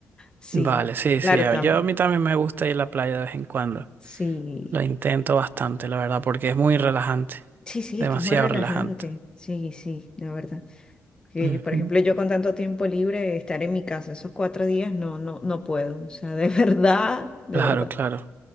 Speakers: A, on the left; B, on the right.
A: Sí,
B: vale, sí,
A: claro,
B: sí, a-
A: también.
B: yo a mí también me gusta ir a la playa de vez en cuando.
A: Sí,
B: Lo intento bastante, la verdad, porque es muy relajante,
A: sí, sí,
B: demasiado
A: es que es muy relajante.
B: relajante.
A: Sí, sí, la verdad. Que,
B: Ujú,
A: por ejemplo, yo con tanto tiempo libre, estar en mi casa esos cuatro días, no, no, no puedo. O sea, de <laughs> verdad, de
B: Claro,
A: verdad
B: claro,